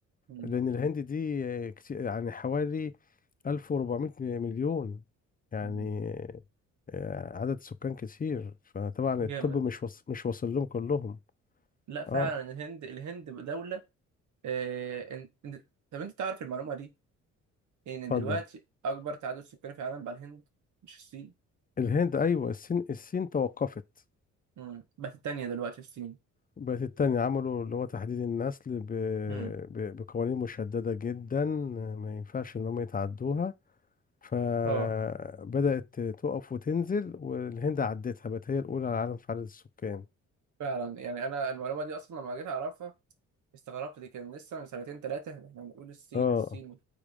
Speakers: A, on the right (about 75°); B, on the left (about 30°).
A: م-
B: لأن الهند دي كتير يعني حوالي 1400 مليون يعني
A: م-
B: آه، عدد سكان كتير فطبعا
A: جامد
B: الطب مش وص... مش واصل لهم كلهم
A: لا فعلا
B: اه
A: الهند الهند دوله آه... انت... انت- طب انت تعرف المعلومه دي ان
B: اتفضل
A: دلوقتي اكبر تعداد سكاني في العالم بقى الهند مش الصين
B: الهند أيوة الصين الصين توقفت
A: م. بس التانيه دلوقتي الصين
B: بقت التانية عملوا اللي هو تحديد النسل ب...
A: م.
B: ب... بقوانين مشددة جدا ما ينفعش إن هم يتعدوها فبدأت
A: اه
B: تقف وتنزل والهند عدتها بقت هي الأولى على العالم في عدد السكان
A: فعلا يعني انا المعلومه دي اصلا لما جيت اعرفها استغربت دي كان لسه من سنتين ثلاثه احنا بنقول الصين
B: اه
A: الصين